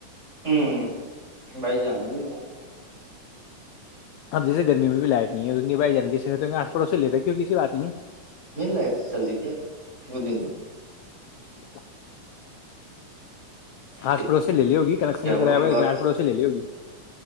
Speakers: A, on the right; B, on the left.
A: ہ بائی جانی ن آپ
B: اب جیس گرمی میں بھی لائٹ ہے انن بھائی جانےی سے ہو تو آس پڑوسی لے رہ ہے کیوں کسی بات نہیں ہے
A: نل آت چلدتیا مودنٹو
B: جک <inaudible>
A: پھر
B: آس پڑوسی سے لے لی ہوگی کنیکشن
A: کیا
B: نہیں
A: ہو
B: کرا
A: گئی
B: ہوگا لیکن
A: بات
B: آس پڑوسی لے لی ہوگی